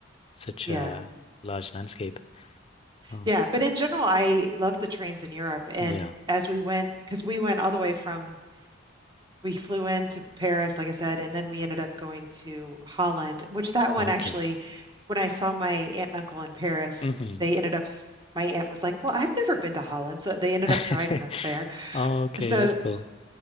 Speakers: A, on the left; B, on the right.
A: Such
B: Yeah.
A: a large landscape. Oh.
B: Yeah, but in general, I love the trains in Europe. And
A: Yeah.
B: as we went, because we went all the way from we flew into Paris, like I said, and then we ended up going to Holland, which that one
A: Okay.
B: actually, when I saw my aunt and uncle in Paris,
A: Mm-hmm.
B: they ended up, s- my aunt was like, Well, I've never been to Holland. So they ended
A: <laughs>
B: up driving us there.
A: Okay,
B: So,
A: that's cool.